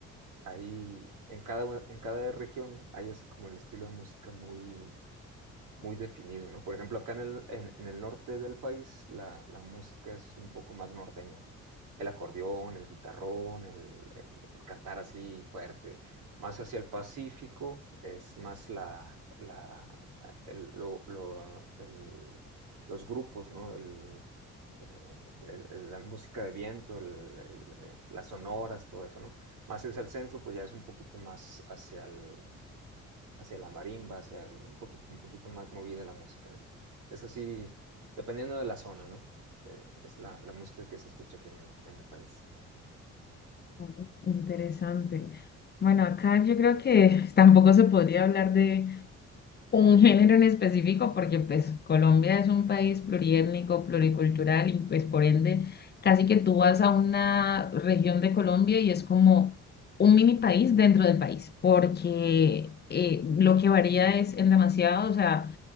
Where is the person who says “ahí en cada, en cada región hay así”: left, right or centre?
Right